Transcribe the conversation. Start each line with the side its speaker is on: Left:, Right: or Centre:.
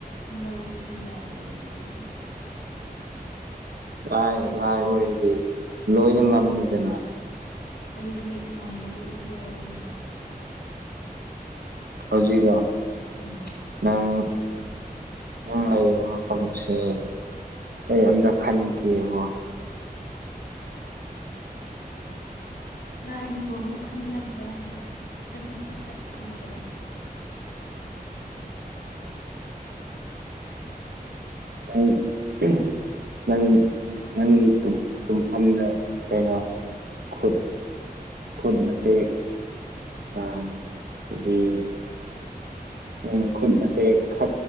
Left: ꯂꯧꯕꯁꯨ ꯌꯥꯔꯔꯣꯏꯗꯕ ꯑꯗꯨ
Right: ꯂꯥꯏ ꯂꯥꯏ ꯑꯣꯏꯔꯗꯤ ꯂꯣꯏꯅ ꯉꯝꯃꯤꯗꯅ
Left: ꯑꯗꯨꯗꯤ ꯉꯝꯕꯗꯨ ꯎꯠꯊꯣꯔꯛꯑꯣꯗꯅ
Right: ꯍꯩꯖꯤꯛꯑꯣ
Left: ꯎꯝ
Right: ꯅꯪ ꯅꯪ ꯂꯩꯔꯤꯕ ꯃꯐꯝꯁꯦ ꯑꯩ ꯑꯝꯇ ꯈꯟꯒꯦꯕꯣ ꯍ
Left: ꯂꯥꯏꯅꯕꯨ ꯑꯃꯨꯛ ꯈꯟꯅꯕ꯭ꯔꯣ ꯍꯥꯏꯁꯦ ꯁꯠ ꯁꯠ ꯁꯠ ꯁꯠ ꯈꯨꯝꯃꯒꯗꯕ
Right: ꯍ ꯅꯪ ꯅꯪꯒꯤ ꯇꯨꯝꯐꯝꯗ ꯀꯩꯅꯣ ꯈꯨꯠ ꯈꯨꯠ ꯃꯇꯦꯛ ꯍꯥꯏꯗꯤ ꯎꯝ ꯈꯨꯠꯃꯇꯦꯛ ꯈ